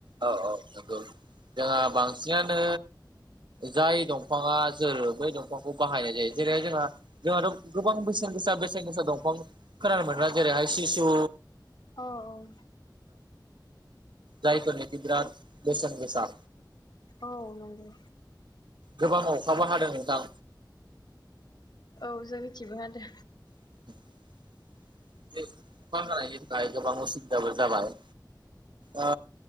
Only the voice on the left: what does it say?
औ औ
औ नंगौ।
औ जोंनिथिंबो हादो।